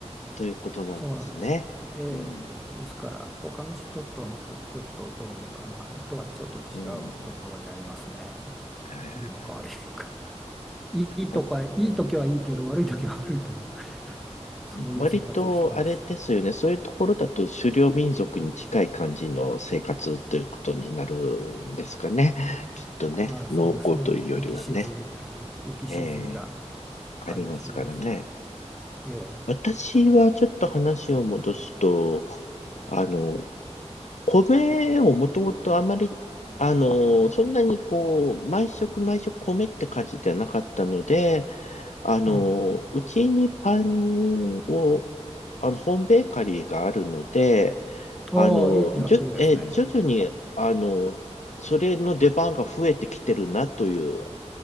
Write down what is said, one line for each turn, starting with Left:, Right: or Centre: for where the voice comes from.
Left: ということなんですね。
Centre: そうなんです。ええですから他の人とのちょっとどういうのかなとはちょっと違うところにありますね。
Left: うん、うん、<laughs>
Centre: いいのか悪いのか。いいとか、
Left: 私
Centre: いい時はいいけど悪い時は悪いという、そういう生活をしてます。
Left: 割とあれですよね。そういうところだと狩猟民族に近い感じの生活ということになるんですかね。きっとね、
Centre: まあそうですね、
Left: 農耕というよりはね、
Centre: 浮き、浮き沈みが、浮き沈みが
Left: ええありますからね。
Centre: 激しいです。ええ、
Left: 私はちょっと話を戻すと、あの、米をもともとあまり、あの、そんなにこう、毎食毎食米って感じではなかったので、あの、
Centre: うん。
Left: うちにパンをあの、ホームベーカリーがあるので、
Centre: おお、
Left: あの、
Centre: いいじゃん、
Left: じゅ、
Centre: いいですね。
Left: え徐々に、あの、それの出番が増えてきてるなという